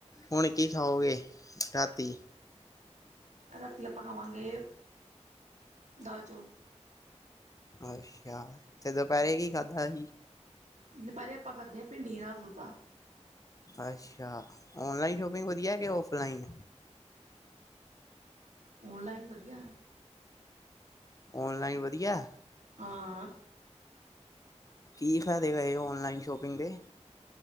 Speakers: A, on the left; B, on the right.
A: ਹੁਣ ਕੀ ਖਾਓਗੇ ਰਾਤੀ
B: ਰਾਤੀ ਆਪਾਂ ਖਾਵਾਂਗੇ ਦਾਲ ਚੌਲ।
A: ਅੱਛਾ ਤੇ ਦੁਪਹਿਰੇ ਕੀ ਖਾਧਾ ਸੀ
B: ਦੁਪਹਿਰੇ ਆਪਾਂ ਖਾਦੇਆ ਭਿੰਡੀ ਨਾਲ ਫੁਲਕਾ।
A: ਅੱਛਾ ਔਨਲਾਈਨ ਸ਼ੋਪਿੰਗ ਵਧੀਆ ਕਿ ਔਫਲਾਈਨ
B: ਔਨਲਾਈਨ ਵਧੀਆ।
A: ਔਨਲਾਈਨ ਵਧੀਆ
B: ਹਾਂ।
A: ਕੀ ਫਾਇਦੇ ਵਏ ਔਨਲਾਈਨ ਸ਼ੋਪਿੰਗ ਦੇ